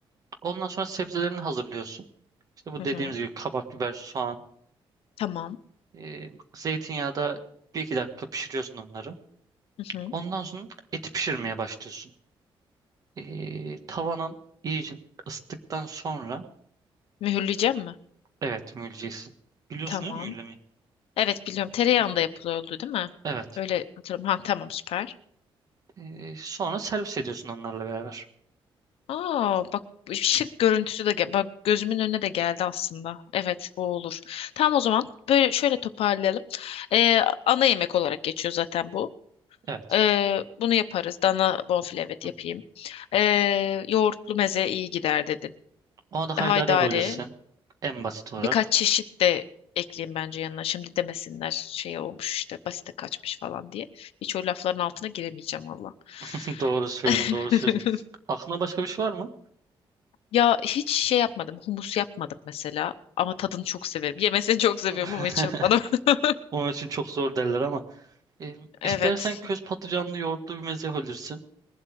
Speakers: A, on the right; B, on the left.
A: Ondan sonra sebzelerini hazırlıyorsun. İşte bu
B: Hı
A: dediğimiz
B: hı.
A: gibi kabak, biber, soğan,
B: Tamam.
A: e, zeytinyağda bir iki dakika pişiriyorsun onları.
B: Hı hı.
A: Ondan sonra eti pişirmeye başlıyorsun. E, tavanın iyice ısıttıktan sonra
B: Mühürleyeceğim mi?
A: evet mühürleyeceksin. Biliyorsun
B: Tamam.
A: değil mi mühürlemeyi?
B: Evet biliyorum. Tereyağında
A: Hı hı.
B: yapılıyordu değil mi?
A: Evet.
B: Öyle hatırlıyorum. Ha tamam süper.
A: E, sonra servis ediyorsun onlarla beraber.
B: Aa, bak şık görüntüsü de gel bak gözümün önüne de geldi aslında. Evet bu olur. Tamam o zaman böyle şöyle toparlayalım. Ee, ana yemek olarak geçiyor zaten bu.
A: Evet.
B: Ee, bunu yaparız. Dana bonfile evet
A: Hı hı.
B: yapayım. Ee, yoğurtlu meze iyi gider dedin.
A: Ona da
B: Haydari
A: haydar yapabilirsin. En basit olarak.
B: birkaç çeşit de ekleyeyim bence yanına. Şimdi demesinler şey olmuş işte basite kaçmış falan diye. Hiç o lafların altına giremeyeceğim valla.
A: <laughs> Doğru söylüyorsun,
B: <laughs>
A: doğru söylüyorsun. Aklına başka bir şey var mı?
B: Ya hiç şey yapmadım. Humus yapmadım mesela. Ama tadını çok severim. Yemesini çok seviyorum
A: <laughs>
B: ama hiç yapmadım. <laughs>
A: Onun için çok zor derler ama. E,
B: Evet.
A: istersen köz patlıcanlı yoğurtlu bir meze olursun.